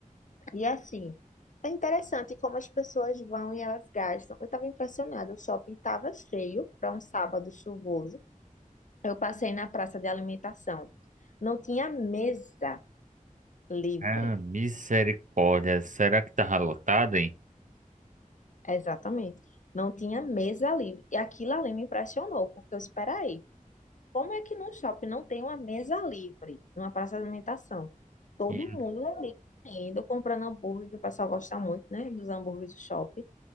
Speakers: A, on the left; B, on the right.
A: E assim, é interessante como as pessoas vão e elas gastam. Eu estava impressionada, o shopping estava cheio para um sábado chuvoso. Eu passei na praça de alimentação. Não tinha mesa livre.
B: Ah, misericórdia, será que tá lotado, hein?
A: Exatamente. Não tinha mesa livre. E aquilo ali me impressionou, porque eu esperei. Como é que num shopping não tem uma mesa livre, numa praça de alimentação? Todo
B: E,
A: mundo ali indo, comprando hambúrguer, que o pessoal gosta muito, né? Dos hambúrgueres do shopping.